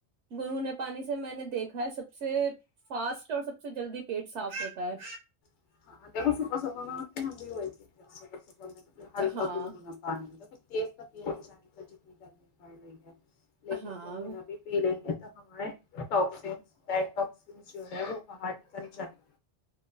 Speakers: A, on the right; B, on the left.
A: گنگونے پانی سے میں نے دیکھا ہے سب سے فاسٹ اور سب سے جلدی پیٹ صاف ہوتا ہے
B: <unintelligible> ہلکا
A: ہاں
B: گو گنا پا تیز کا پیا نہیں جاتا جتنی گرمی پڑ رہی ہے لیکن
A: ہاں
B: گنگنا بھی پی لیں گے تب ہمارے talk sense bed talk sense جو ہے وہ باہر نکل جاہے